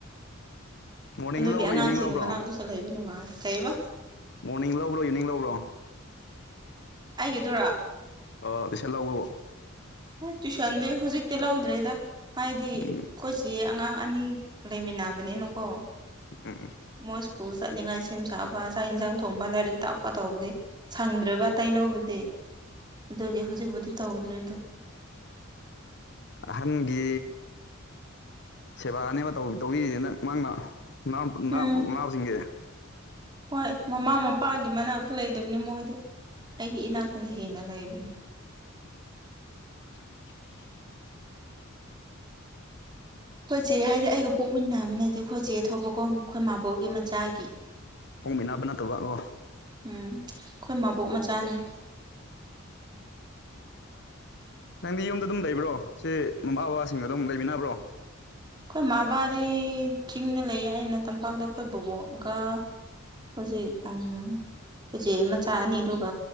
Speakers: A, on the left; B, on the right.
A: ꯃꯣꯔꯅꯤꯡ
B: ꯑꯗꯨꯒꯤ
A: ꯂꯧꯕ꯭ꯔꯣ
B: ꯑꯉꯥꯡꯁꯤꯡ
A: ꯏꯚꯤꯅꯤꯡ ꯂꯧꯕ꯭ꯔꯣ
B: ꯃꯅꯥꯛꯇꯁꯨ ꯂꯩꯕ ꯅꯨꯡꯉꯥꯏ ꯀꯩꯏꯕ
A: ꯃꯣꯔꯅꯤꯡ ꯂꯧꯕ꯭ꯔꯣ ꯏꯚꯤꯅꯤꯡ ꯂꯧꯕ꯭ꯔꯣ
B: ꯑꯩꯒꯤꯗꯨꯔꯥ
A: ꯑ ꯏꯁꯟꯍꯧꯕꯔꫭ
B: ꯇ꯭ꯨꯏꯁꯟꯗꯤ ꯍꯧꯖꯤꯛꯇꯤ ꯂꯧꯗ꯭ꯔꯦꯗ ꯍꯥꯏꯗꯤ ꯑꯩꯈꯣꯏꯁꯤ
A: ꯎꯝ
B: ꯑꯉꯥꯡ ꯑꯅꯤ ꯂꯩꯃꯤꯟꯅꯕꯅꯤꯅꯀꯣ
A: ꯎꯝ ꯎꯝ
B: ꯃꯣꯏ ꯁ꯭ꯀꯨꯜ ꯆꯠꯅꯤꯡꯉꯥꯏ ꯁꯦꯝ ꯁꯥꯕ ꯆꯥꯛ ꯏꯟꯖꯥꯡ ꯊꯣꯡꯕ ꯂꯥꯏꯔꯤꯛ ꯇꯥꯛꯄ ꯇꯧꯕꯗꯤ ꯁꯪꯗ꯭ꯔꯦꯕ ꯑꯇꯩ ꯂꯧꯕꯗꯤ ꯑꯗꯨꯒꯤ ꯍꯧꯖꯤꯛꯕꯨꯨꯗꯤ ꯇꯧꯗ꯭ꯔꯦꯗꯣ
A: ꯑꯍꯟꯒꯤ ꯁꯦꯕꯥꯅꯦꯕ ꯇꯧꯕꯤꯔꯤꯁꯦ ꯅꯪꯅ ꯅꯪ ꯅꯪ
B: ꯎꯝ
A: ꯅꯅꯥꯥꯎꯁꯤꯡꯒꯤ
B: ꯍꯣꯏ ꯃꯃꯥ ꯃꯄꯥꯒꯤ ꯃꯅꯥꯛꯇ ꯂꯩꯗꯕꯅꯤ ꯃꯣꯏꯗꯤ ꯑꯩꯒꯤ ꯏꯅꯥꯛꯇꯅ ꯍꯦꯟꯅ ꯂꯩꯕꯅꯤ
A: <inaudible>
B: ꯑꯩꯈꯣꯏꯆꯦ ꯍꯥꯏꯗꯤ ꯑꯩꯒ ꯄꯣꯛꯃꯤꯟꯅꯕꯅꯠꯇ‌ꯦ ꯑꯩꯈꯣꯏ ꯆꯦ ꯊꯣꯛꯄꯀꯣ ꯑꯩꯈꯣꯏ ꯃꯥꯕꯣꯛꯒꯤ ꯃꯆꯥꯒꯤ
A: ꯄꫭꯛꯃꯤꯟꯅꯕ ꯅꯠꯇꯕ ꯑꫭ
B: ꯎꯝ ꯑꯩꯈꯣꯏ ꯃꯕꯣꯛ ꯃꯆꯥꯅꯤ
A: ꯅꯪꯗꯤ ꯌꯨꯝꯗ ꯑꯗꯨꯝ ꯂꯩꯕ꯭ꯔꯣ ꯁꯤ ꯃꯃꯥ ꯕꯕꯥꯁꯤꯡꯒ ꯑꯗꯨꯝ ꯂꯩꯃꯤꯟꯅꯕ꯭ꯔꯣ
B: ꯑꯩꯈꯣꯏ ꯃꯥꯕꯥꯗꯤ ꯆꯤꯡꯗ ꯂꯩꯌꯦ ꯑꯩꯅ ꯇꯝꯄꯥꯛꯇ ꯑꯩꯈꯣꯏ ꯕꯣꯕꯣꯛꯒ ꯍꯧꯖꯤꯛ ꯑ ꯑꯩꯈꯣꯏꯁꯦ ꯃꯆꯥ ꯑꯅꯤꯗꯨ